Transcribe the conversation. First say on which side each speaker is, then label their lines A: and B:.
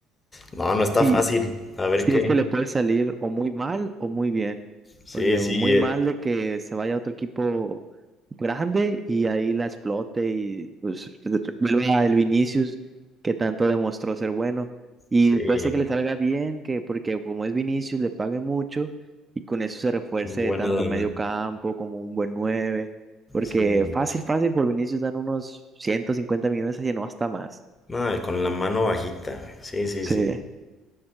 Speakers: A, on the left (about 25°); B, on the right (about 25°).
A: no, no está
B: Y,
A: fácil. A ver
B: Sí,
A: qué.
B: es que le puede salir o muy mal o muy bien,
A: Sí,
B: porque
A: sí,
B: muy mal
A: eh,
B: de que se vaya a otro equipo grande y ahí la explote y pues vuelva a el Vinicius que tanto demostró ser bueno y
A: sí,
B: puede ser que le salga bien, que porque como es Vinicius le paguen mucho y con eso se refuerce
A: una buena
B: tanto
A: lana.
B: medio campo como un buen 9 porque
A: Sí, mon.
B: fácil, fácil por Vinicius dan unos 150 millones y no hasta más.
A: no, con la mano bajita. güey. Sí, sí,
B: Sí,
A: sí.